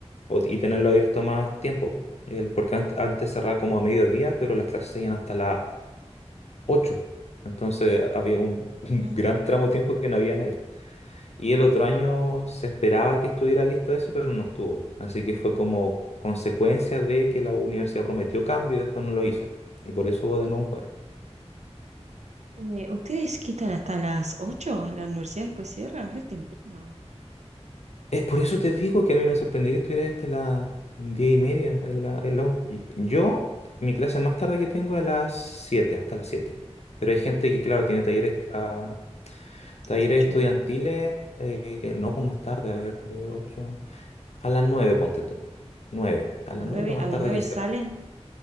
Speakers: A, on the left; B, on the right.
A: o- y tenerlo abierto más tiempo. po. El, porque ant- antes cerraba como a mediodía, pero las clases seguían hasta las ocho, Entonces había un, <laughs> un
B: ujú.
A: gran tramo de tiempo que no había nadie. Y el otro año se esperaba que estuviera listo eso, pero no estuvo. Así que fue como consecuencia de que la universidad prometió cambio y después no lo hizo. Y por eso hubo de nuevo un paro.
B: Eh, ¿ustedes quitan hasta las ocho, ¿La universidad después cierra? Re temprano.
A: Es por eso te digo que a mí me sorprendió que estuviera hasta las diez y media en la, en la U. Y Yo, mi clase más tarde que tengo es a las siete hasta las 7. Pero hay gente que, claro,
B: Ujú,
A: tiene talleres extra, talleres
B: A las ocho,
A: estudiantiles, eh, que no, pues más tarde, a ver, eh, ocho a las 9 ponte tú. nueve a
B: ¿A las
A: las 9
B: nueve,
A: es lo más
B: a las
A: tarde
B: nueve
A: que se
B: salen?